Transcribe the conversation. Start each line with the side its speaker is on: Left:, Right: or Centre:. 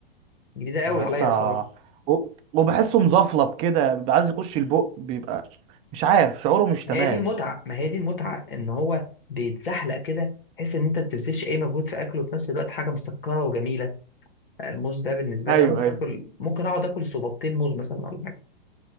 Left: جديده قوي
Right: يا
Left: عليا
Right: اسطى
Left: بصراحه
Right: و- وبحسه مزفلط كده بيبقى عايز يخش البق بيبقى مش عارف شعوره مش
Left: ما
Right: تمام
Left: هي دي المتعه ما هي دي المتعه ان هو بيتزحلق كده تحس ان انت ما بتبذلش اي مجهود في اكله وفي نفس الوقت حاجه مسكره وجميله آه، الموز ده بالنسبه
Right: ايوه
Left: لي انا ممكن
Right: ايوه
Left: اكل ممكن اقعد اكل صوباطين موز مثلا ولا حاجه